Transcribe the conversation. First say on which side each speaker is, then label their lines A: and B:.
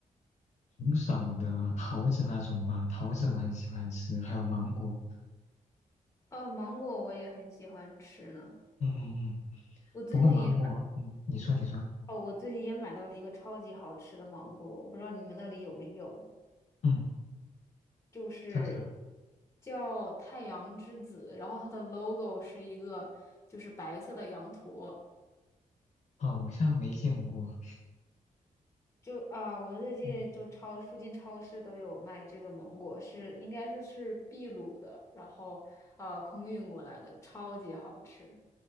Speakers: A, on the left; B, on the left.
A: 挺少的桃子那种吧，桃子我很喜欢吃，还有芒果。
B: 呃，芒果我也很喜欢吃呢。
A: 嗯嗯嗯，
B: 我最近也，
A: 不过芒果，嗯，你说你说，
B: 哦，我最近也买到了一个超级好吃的芒果，我不知道你们那里有没有，
A: 嗯。
B: 就是
A: 叫啥？
B: 叫太阳之子，然后它的 logo 是一个就是白色的羊驼。
A: 好像没见过。
B: 就啊、我们最近就超附近超市都有卖这个芒果，
A: 嗯
B: 是应该是是秘鲁的，然后啊空运过来的，超级好吃。